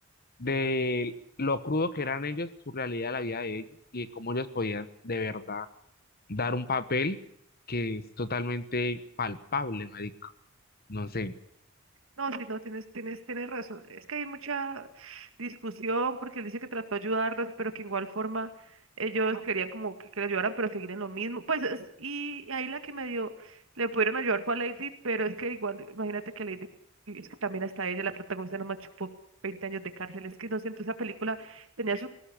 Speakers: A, on the left; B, on the right.
A: de lo crudo que eran ellos, su realidad, la vida de ellos y de cómo ellos podían de verdad dar un papel que es totalmente palpable, marica. No sé,
B: No, sí, no, tienes, tienes, tienes razón. Es que hay mucha discusión porque él dice que trató de ayudarlos, pero que igual forma ellos querían como que, que le ayudaran, pero seguir en lo mismo. Pues, es- y ahí la que me dio, le pudieron ayudar fue a Lady, pero es que igual, imagínate que Lady, y es que también hasta ella, la protagonista, nomás chupó 20 años de cárcel. Es que no sé, entonces esa película tenía su